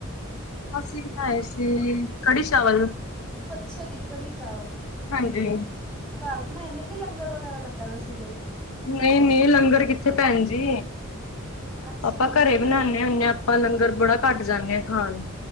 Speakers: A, on the left; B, in the centre.
A: ਅਸੀ ਬਣਾਏ ਸੀ ਕੜੀ ਚਾਵਲ।
B: ਅੱਛਾ ਜੀ। ਕੜੀ ਚਾਵਲ।
A: ਹਾਂਜੀ।
B: ਘਰ। ਬਣਾਏ। ਨੇ। ਕੀ। ਲੰਗਰ। ਵਗੈਰਾ। ਲੱਗਾ। ਦਾ। ਸੀ। ਕੋਈ।
A: ਨਹੀਂ-ਨਹੀਂ ਲੰਗਰ ਕਿੱਥੇ ਭੈਣ ਜੀ।
B: ਅੱਛਾ
A: ਆਪਾਂ
B: ਜੀ
A: ਘਰੇ ਬਣਾਉਦੇ ਹੁੰਦੇ ਹਾਂ। ਆਪਾਂ ਲੰਗਰ ਬੜਾ ਘੱਟ ਜਾਂਦੇ ਹਾਂ ਖਾਣ।